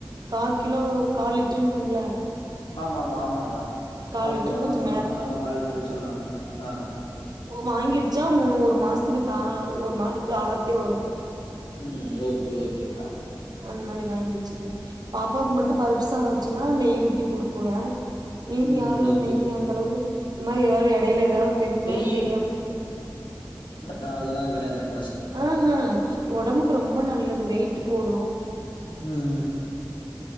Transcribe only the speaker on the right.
காகிலோ கால் லிட் ட்றுங்ளா
லிட்டரு
கொஞ்சோ
ஒ வாங்கி வெச்சா முன்னோரு மாஸ்த்துக்கு தா ஒரு மாஸ்த் ஆலது த்தே வரு
அந்த மாரி வாங்கி வெச்சுக்குங்க பாப் பாவுக்கு மட்டு பருப்பு சாதோ வெச்சன்னா நெய் ஊத்தி குடுக் குவோ மீதி
யாரு
நெய் அந்தளவுக்கு இந் மாரி எதாவது எடையில எதாவது தெரிஞ்சா
அது தெரியாம
அஹ்ஹ ஒடம்புக்கு ரொம்ப நல்லது வெயிட்டு போடு